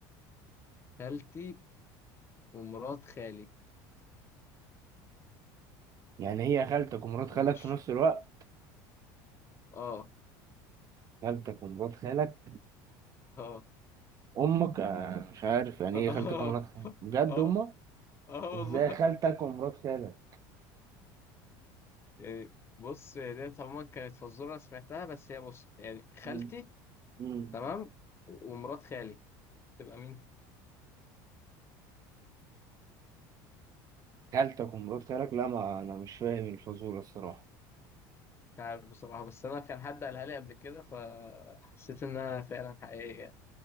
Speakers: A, on the left; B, on the right.
A: خالتي ومرات خالي
B: يعني هي خالتك ومرات
A: ومش
B: خالك في نفس الوقت
A: اه
B: خالتك ومرات خالك
A: اه
B: امك آه، مش عارف يعني
A: اه
B: ايه
A: اه,
B: خالتك ومرات خالك
A: آه.
B: بجد
A: آه.
B: امك
A: اه
B: ازاي
A: والله
B: خالتك ومرات خالك
A: يعني بص هي ديت عموما كانت فزورة أنا سمعتها بس هي بص يعني خالتي
B: مم. مم.
A: تمام و- ومرات خالي تبقى مين؟
B: خالتك ومرات خالك لا ما انا مش فاهم الفزورة الصراحة
A: مش عارف بصراحة بس أنا كان حد قالها لي قبل كده فحسيت إنها فعلا حقيقية